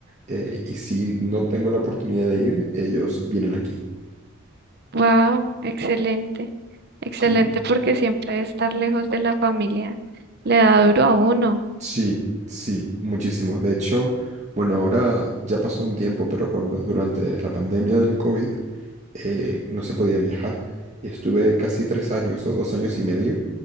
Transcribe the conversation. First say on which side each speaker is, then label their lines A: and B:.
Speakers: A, on the right; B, on the right.
A: Eh, y si no tengo la oportunidad de ir, ellos vienen aquí.
B: Wow, excelente, excelente,
A: Sí,
B: porque siempre estar lejos de la familia le da duro a uno.
A: sí, sí, muchísimo. De hecho, bueno, ahora ya pasó un tiempo, pero cuando durante la pandemia del COVID eh, no se podía viajar y estuve casi tres años o dos años y medio